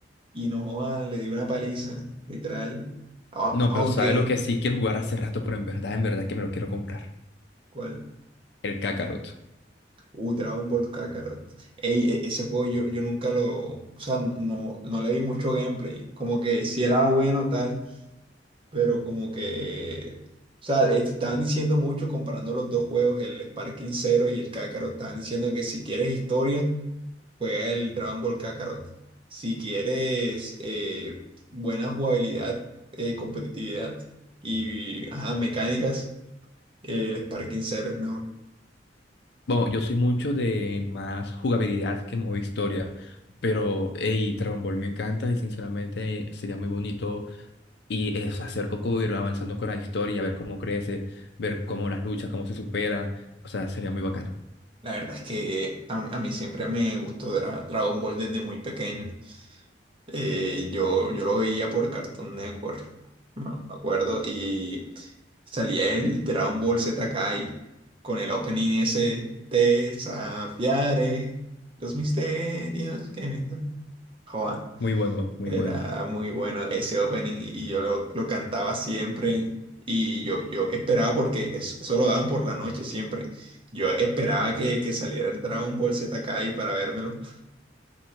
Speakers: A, on the right (about 30°); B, on the left (about 65°).
A: y no joda, le di una paliza, literal. A-
B: No,
A: aunque,
B: pero ¿sabes lo que sí quiero jugar hace rato? Pero en verdad, en verdad que me lo quiero comprar.
A: ¿cuál?
B: El Kakarot.
A: Uh, Dragon Ball Kakarot. Ey, e- ese juego yo, yo nunca lo. O sea, no, no le vi mucho gameplay. Como que si era bueno tal, pero como que. O sea, este, estaban diciendo mucho comparando los dos juegos, el Sparking Zero y el Kakarot. Estaban diciendo que si quieres historia. juega el Dragon Ball Kakarot. Si quieres eh, buena jugabilidad, eh, competitividad y ajá, mecánicas, eh, el Sparking Zero es mejor.
B: Bueno, yo soy mucho de más jugabilidad que modo historia. Pero, hey, Dragon Ball me encanta y sinceramente sería muy bonito y es hacer Coco ir avanzando con la historia, ver cómo crece, ver cómo las luchas, cómo se supera. O sea, sería muy bacano.
A: La verdad es que a, a mí siempre me gustó Dra- Dragon Ball desde muy pequeño. Eh, yo, yo lo veía por Cartoon Network, no me acuerdo, y salía el Dragon Ball Z Kai con el opening ese, desafiaré los misterios que vendrán. Joa,
B: Muy bueno, muy
A: era
B: bueno.
A: muy bueno ese opening y yo lo, lo cantaba siempre y yo, yo esperaba porque es- eso, lo daban por la noche siempre. Yo esperaba que, que saliera el Dragon Ball Z Kai para vérmelo